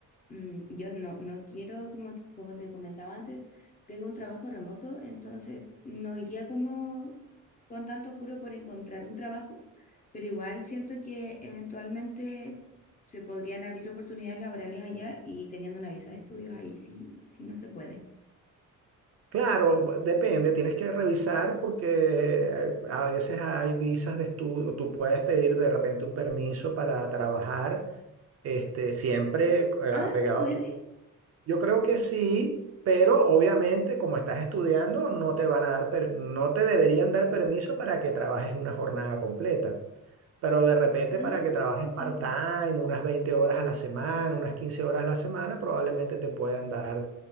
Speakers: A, on the left (about 25°); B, on the right (about 50°).
A: mm, yo no, no quiero, como, como te comentaba antes, tengo un trabajo remoto, entonces no iría como con tanto apuro por encontrar un trabajo, pero igual siento que eventualmente se podrían abrir oportunidades laborales allá y teniendo una visa de estudios ahí sí, sí no se puede.
B: Claro, bu- depende, tienes que revisar porque eh, a veces hay visas de estudio, tú puedes pedir de repente un permiso para trabajar este, siempre eh,
A: Ah,
B: apegado
A: ¿se puede?
B: Yo creo que sí, pero obviamente como estás estudiando no te van a dar, per- no te deberían dar permiso para que trabajes una jornada completa, pero de repente
A: Ah,
B: para que trabajes part-time,
A: claro.
B: unas 20 horas a la semana, unas 15 horas a la semana, probablemente te puedan dar,